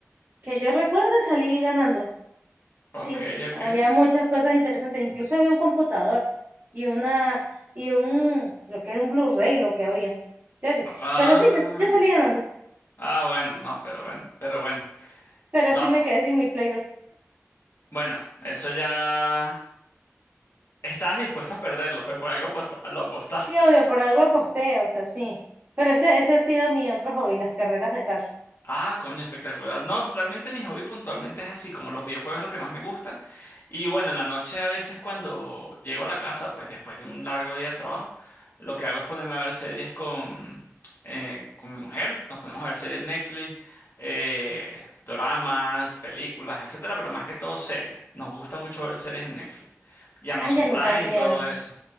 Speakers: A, on the right; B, on the left.
A: que yo recuerde salí ganando.
B: Ok,
A: Sí,
B: ok.
A: había muchas cosas interesantes, incluso había un computador y una y un creo que era un Blu-ray lo que había. Ya di-
B: Ah,
A: Pero sí, yo, yo salí ganando,
B: ah, bueno, no, pero bueno, pero bueno.
A: pero
B: No,
A: sí me quedé sin mi Play
B: bueno, eso ya... Estás dispuesto a perderlo, pues por algo aposta- lo apostaste.
A: Sí, obvio, por algo aposté, o sea, sí. Pero ese, ese ha sido mi otro hobby, las carreras de carro.
B: Ah, coño, espectacular. No, realmente mi hobby puntualmente es así, como los videojuegos es lo que más me gusta. Y bueno, en la noche a veces cuando llego a la casa, pues después de un largo día de trabajo, lo que hago es ponerme a ver series con, eh, con mi mujer. Nos ponemos a ver series Netflix, eh, doramas, películas, etcétera, pero más que todo series. Nos gusta mucho ver series en Netflix y Amazon
A: Ay, a mí
B: Prime
A: también.
B: y todo eso.